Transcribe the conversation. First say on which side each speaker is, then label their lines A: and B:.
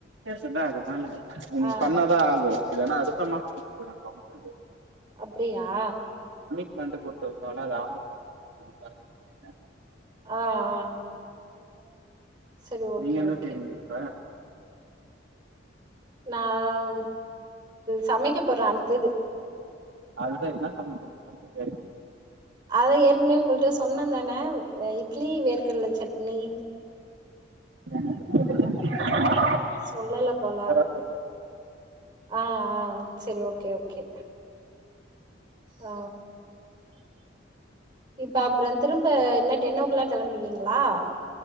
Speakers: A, on the right (about 65°); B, on the right (about 25°).
A: பேசுன்ன அதனால நீ
B: ஆ
A: பண்ணாதா ஆகோ இல்லனா அடுத்தமா மாசோ ட்டு போய்டு கவுன்சலு
B: அப்டியா
A: <unintelligible> குடுத்துவுட்டோன அங்க <inaudible>
B: ஆஹ் ஆஹ் சரி ஓகே
A: நீங்க என்ன
B: ஓகே
A: செய்றீங்க இப்ப
B: நாவ்ம் சமைக்க போற அடுத்தது
A: அதுதா ன்ன சமைக்கனுட்டு கேகற
B: அதா ஏற்கனே உங்கள்ட்ட சொன்ன தான இட்லி வேர்கடல சட்னி
A: <inaudible>
B: சொல்லல போல
A: சின்னதா சொல்லு
B: ஆஹ் ஆஹ் சரி ஓகே ஓகே ஆ இப்ப அப்புறோ திரும்ப இன்ன டென் ஓ கிளாக் கிளம்புவீங்ளா